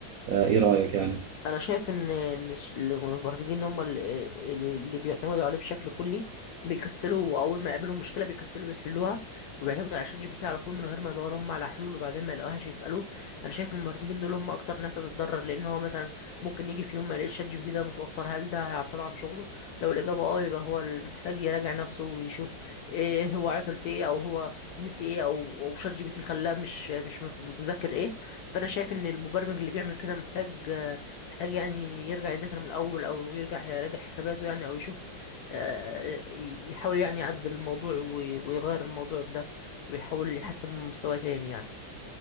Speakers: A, on the right; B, on the left.
A: آه، ايه رأيك يعني
B: انا شايف ان إن الش- المبرمجين هم اللي, اللي بيعتمدوا عليه بشكل كلي بيكسلوا اول ما يقابلهم مشكله بيكسلوا يحلوها وبيعتمدوا على شات جي بي تي على طول من غير ما يدوروا هم على حلول وبعدين ما يلاقوهاش يسالوه انا شايف المبرمجين دول هم اكتر ناس هتتضرر لان هو مثلا ممكن يجي في يوم ما يلاقيش شات جي بي تي ده متوفر هل ده هيعطله عن شغله لو الاجابه اه يبقى هو محتاج يراجع نفسه ويشوف ايه هو عطل في ايه او هو نسي ايه او او شات جي بي تي خلاه مش مش متذكر ايه فانا شايف ان المبرمج اللي بيعمل كده محتاج محتاج يعني يرجع يذاكر من الأول أو يرجع يراجع حساباته يعني أو يشوف آه، ي- يحاول يعني يعدل الموضوع وي- ويغير الموضوع بده ويحاول يحسن من مستواه تاني يعني